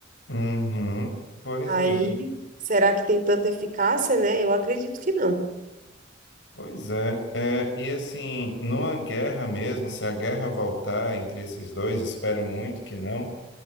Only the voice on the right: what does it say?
Aí,
será que tem tanta eficácia, né? Eu acredito que não.